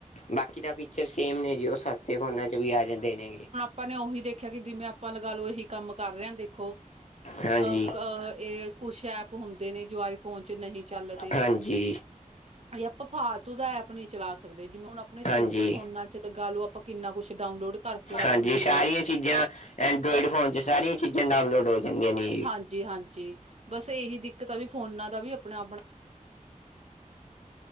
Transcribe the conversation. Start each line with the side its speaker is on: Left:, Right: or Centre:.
Left: ਬਾਕੀ ਤਾ ਫੀਚਰ ਸੇਮ ਨੇ ਜੀ, ਓ ਸਸਤੇ ਫੋਨਾਂ 'ਚ ਵੀ ਆ ਜਾਂਦੇ ਨੇਗੇ।
Right: ਆਪਾ ਨੇ ਓਹੀ ਦੇਖਿਆ ਕਿ ਜਿਵੇਂ ਆਪ ਆਪਾਂ ਲਗਾ ਲੋ ਏਹੀ ਕੰਮ ਕਰ ਰੇਆਂ ਦੇਖੋ,
Left: ਹਾਂਜੀ
Right: ਅ ਕਅ ਏ ਕੁਛ ਐਪ ਹੁੰਦੇ ਨੇ ਜੋ ਆਈ ਫੋਨ 'ਚ ਨਹੀਂ ਚੱਲਦੇ।
Left: ਹਾਂਜੀ।
Right: ਏ ਆਪਾ ਫਾਅਤੂ ਦਾ ਐਪ ਨੀਂ ਚਲਾ ਸਕਦੇ ਜਿਵੇਂ ਹੁਣ ਆਪਣੇ ਸਿੰਪਲ
Left: ਹਾਂਜੀ,
Right: ਫੋਨਾਂ 'ਚ ਲਗਾਲੋ ਆਪਾਂ ਕਿੰਨਾ ਕੁਛ ਡਾਊਨਲੋਡ ਕਰਕੇ ਰੱਖ
Left: ਹਾਂਜੀ
Right: ਲੇਨੇਂ
Left: ਸਾਰੀਆਂ
Right: ਆ।
Left: ਚੀਜ਼ਾਂ ਐਂਡਰੋਇਡ ਫੋਨ 'ਚ ਸਾਰੀਆਂ ਚੀਜ਼ਾਂ ਡਾਊਨਲੋਡ ਹੋ ਜਂਦੀਆਂ ਨੇ।
Right: ਹਂਜੀ-ਹਾਂਜੀ, ਬਸ ਏਹੀ ਦਿੱਕਤ ਆ ਵੀ ਫੋਨਾਂ ਦਾ ਵੀ ਅਪਣਾ-ਅਪਣਾ